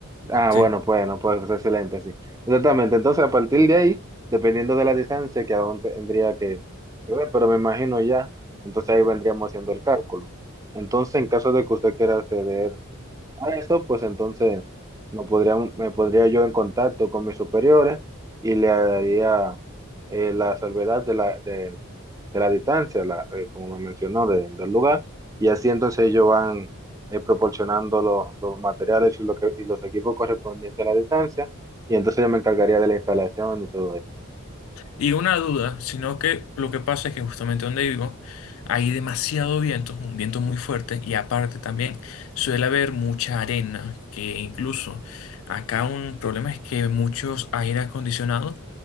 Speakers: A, on the right (about 15°); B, on the left (about 65°).
A: Ah,
B: Sí.
A: bueno, pues, no, pues excelente, sí. Exactamente. Entonces, a partir de ahí, dependiendo de la distancia que aún tendría que que ver, pero me imagino ya, entonces ahí vendríamos haciendo el cálculo. Entonces, en caso de que usted quiera acceder a eso, pues entonces no podría, me podría yo en contacto con mis superiores y le haría eh, la salvedad de la, del de la distancia, la, eh, como me mencionó, de- del lugar, y así entonces ellos van eh, proporcionando los, los materiales y, lo que, y los equipos correspondientes a la distancia, y entonces yo me encargaría de la instalación y todo eso.
B: Y una duda, sino que lo que pasa es que justamente donde vivo hay demasiado viento, un viento muy fuerte, y aparte también suele haber mucha arena, que incluso acá un problema es que muchos aire acondicionados